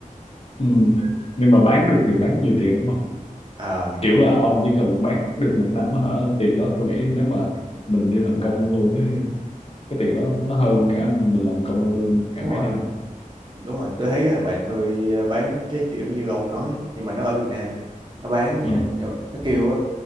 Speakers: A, on the left (about 45°); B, on the right (about 35°).
A: ừ. nhưng mà bán được thì bán nhiều tiền đúng không
B: à
A: kiểu là ông chỉ cần bán được một năm đó hả tiền đó tôi nghĩ nếu mà mình đi làm công ăn lương á, cái tiền đó nó hơn cả mình làm công ăn lương cả
B: đúng
A: mấy
B: rồi
A: năm
B: đúng rồi tôi thấy thằng bạn tôi ờ, bán cái kiểu như ông nói nhưng mà nó ở Việt Nam nó bán
A: ừ.
B: ờ, nhỏ- nó kêu á,